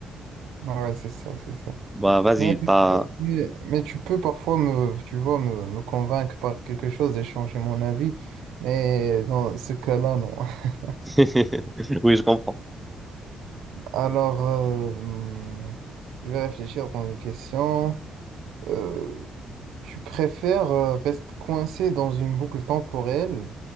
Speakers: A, on the right (about 85°); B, in the centre.
A: Ah Ouais, c'est ça, c'est ça.
B: Bah, vas-y,
A: Mais,
B: t'as...
A: euh, mais, mais tu peux parfois me, tu vois, me, me convaincre par quelque chose et changer mon avis, mais dans ce cas-là, non. <laughs>
B: <laughs> Oui, je comprends.
A: Alors, euh, hum, je vais réfléchir dans une question. Euh, Tu préfères euh, rester coincé dans une boucle temporelle